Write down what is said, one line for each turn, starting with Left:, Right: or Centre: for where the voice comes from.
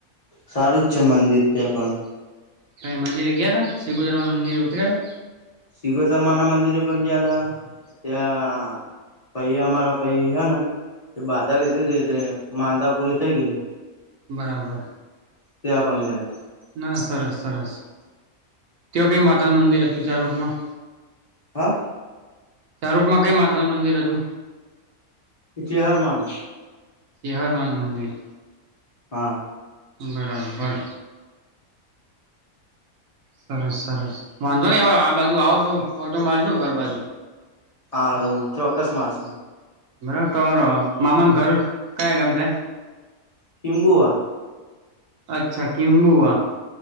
Left: સારું જ છે મંદિર ત્યાં પણ.
Right: તાઈ મંદિરે ગયા હતા શિગોતર મંદિરે ઉત્યા હતા.
Left: શિગોતર માના મંદિરે પણ જેયા હતા ત્યા ભઈ અમારા પૈ હ ન એ બાધા લીધીતી તે, માનતા પૂરી થઈ ગઈ.
Right: બરાબર.
Left: ત્યાં પણ ગયાતા.
Right: ના સરસ સરસ, કયો કઈ માતાનું મંદિર હતું ચાર રૂપમાં?
Left: હ?
Right: સ્વરૂપમાં કઈ માતાનું મંદિર અતુ?
Left: એ ચેહરમાંનું.
Right: ચેહરમાંનું મંદિર.
Left: હા.
Right: બરાબર. સરસ સરસ. વાંધો નહી હવે આ બાજુ આવ તો ઓટો મારજો ઘર બાજુ.
Left: હાલું ચોક્કસ મારશુ.
Right: બરાબર, તો મામાન ઘર કયા ગામ છે?
Left: કીમબુઆ.
Right: અચ્છા, કીમબુઆ